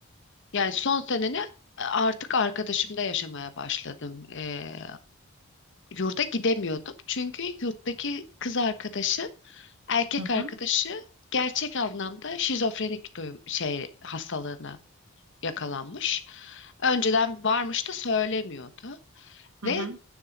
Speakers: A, on the left; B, on the right.
A: Yani son seneni e, artık arkadaşımda yaşamaya başladım. Ee, yurda gidemiyordum. Çünkü yurttaki kız arkadaşı, erkek
B: Hı
A: arkadaşı gerçek anlamda şizofrenik duy- şey hastalığına yakalanmış. Önceden varmış da söylemiyordu.
B: hı.
A: Ve
B: hı.